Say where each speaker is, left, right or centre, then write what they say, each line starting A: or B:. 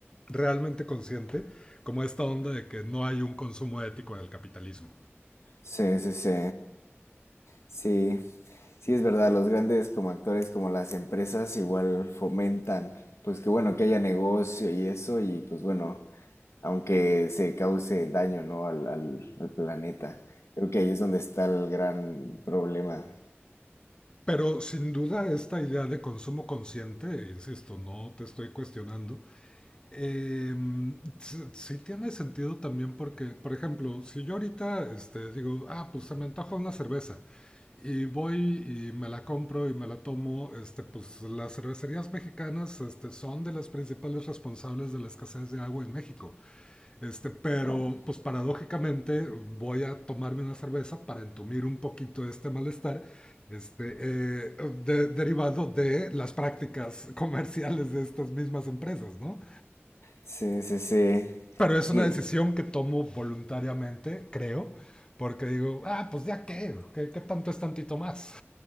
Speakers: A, on the left (about 20°); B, on the left (about 85°).
A: realmente consciente, como esta onda de que no hay un consumo ético en el capitalismo.
B: sí, sí, sí. Sí, sí es verdad, los grandes como actores, como las empresas, igual fomentan, pues que bueno, que haya negocio y eso, y pues bueno, aunque se cause daño, ¿no? al, al, al planeta. Creo que ahí es donde está el gran problema.
A: Pero sin duda esta idea de consumo consciente, insisto, no te estoy cuestionando, Eh, sí, sí tiene sentido también porque, por ejemplo, si yo ahorita este, digo, ah, pues se me antoja una cerveza y voy y me la compro y me la tomo, este, pues las cervecerías mexicanas este, son de las principales responsables de la escasez de agua en México. Este, pero,
B: Oh,
A: pues paradójicamente voy a tomarme una cerveza para entumir un poquito este malestar. Este, eh, de- derivado de las prácticas <laughs> comerciales de estas mismas empresas, ¿no?
B: Sí, sí, sí.
A: Pero es
B: Sí.
A: una decisión que tomo voluntariamente, creo, porque digo, ah, pues ya qué, qué, qué tanto es tantito más.